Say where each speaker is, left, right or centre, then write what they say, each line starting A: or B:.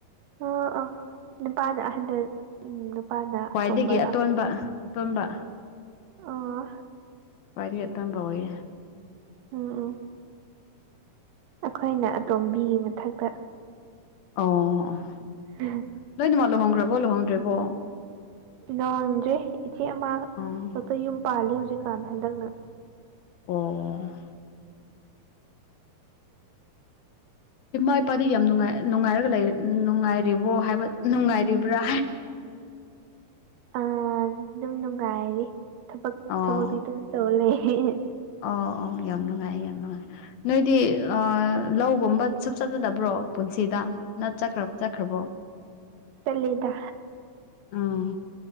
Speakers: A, on the right; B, on the left.
A: ꯑ ꯑꯥ ꯅꯨꯄꯥꯗ ꯑꯍꯟꯗ ꯎꯝ ꯅꯨꯄꯥꯅ
B: ꯈ꯭ꯋꯥꯏꯗꯒꯤ
A: ꯑꯇꯣꯝꯕꯔꯣ
B: ꯑꯇꯣꯟꯕ ꯑꯇꯣꯟꯕ
A: ꯑꯥ
B: ꯄꯔꯤ ꯌꯦꯇꯥꯟ ꯇꯣꯑꯦ
A: ꯎꯝ ꯎꯥ ꯑꯩꯈꯣꯏꯅ ꯑꯇꯣꯝꯕꯤꯒꯤ ꯃꯊꯛꯇ
B: ꯑꯣ
A: ꯎꯝ
B: ꯅꯣꯏ ꯅꯃ ꯂꯨꯍꯣꯡꯈ꯭ꯔꯕꯣ ꯂꯨꯍꯣꯡꯗ꯭ꯔꯔꯤꯕꯣ
A: ꯉꯥꯡꯗ꯭ꯔꯦ ꯏꯆꯦ ꯑꯃ
B: ꯑꯥ
A: ꯈꯛꯇ ꯌꯨꯝ ꯄꯥꯂ ꯍꯧꯖꯤꯛꯀꯥꯟ ꯍꯟꯗꯛꯅ
B: ꯑꯣ ꯏꯃꯥ ꯏꯄꯥꯗꯤ ꯌꯥꯝ ꯅꯨꯡꯉꯥꯏ ꯅꯨꯡꯉꯥꯏꯔꯒ ꯂꯩ ꯅꯨꯡꯉꯥꯏꯔꯤꯕꯣ ꯍꯥꯏꯕ ꯅꯨꯡꯉꯥꯏꯔꯤꯕ꯭ꯔꯥ
A: ꯑꯥ ꯑꯗꯨꯝ ꯅꯨꯡꯉꯥꯏꯔ ꯊꯕꯛ
B: ꯑꯣ
A: ꯊꯕꯛꯇꯤ ꯑꯗꯨꯝ ꯇꯧ ꯂꯩꯦ
B: ꯑꯣ ꯑꯣ ꯌꯥꯝ ꯅꯨꯡꯉꯥꯏ ꯌꯥꯝ ꯅꯨꯡꯉꯥꯏ ꯅꯣꯏꯗꯤ ꯑ ꯂꯧꯒꯨꯝꯕ ꯁꯨꯞ ꯆꯠꯆꯗꯕ꯭ꯔꯣ ꯄꯨꯟꯁꯤꯗ ꯅꯠ ꯆꯠꯈ꯭ꯔ ꯆꯠꯈ꯭ꯔꯕꯣ
A: ꯆꯂꯗ
B: ꯑꯥ